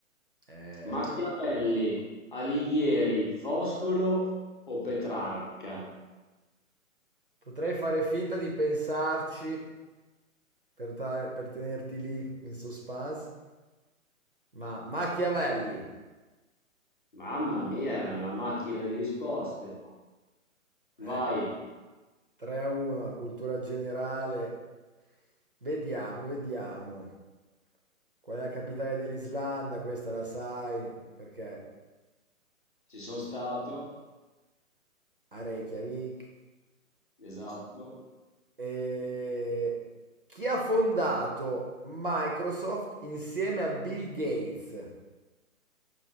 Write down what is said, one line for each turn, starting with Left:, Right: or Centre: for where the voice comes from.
Right: Eh,
Left: Machiavelli, Alighieri, Foscolo o Petrarca?
Right: potrei fare finta di pensarci. per, ta- per tenerti lì in suspense. Ma Machiavelli,
Left: Mamma mia, è una macchina di risposte.
Right: ecco,
Left: Vai,
Right: 3 a 1, la cultura generale. Vediamo, vediamo. Qual è la capitale dell'Islanda? Questa la sai perché
Left: ci sono stato,
Right: a Reykjavik.
Left: esatto,
Right: E chi ha fondato Microsoft insieme a Bill Gates,